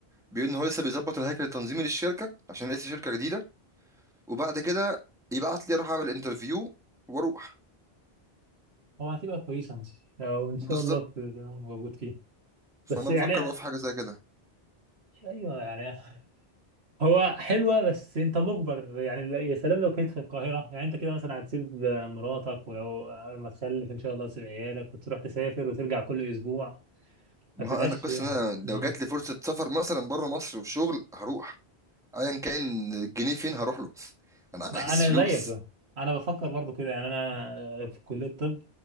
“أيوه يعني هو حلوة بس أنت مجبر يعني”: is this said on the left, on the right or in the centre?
Right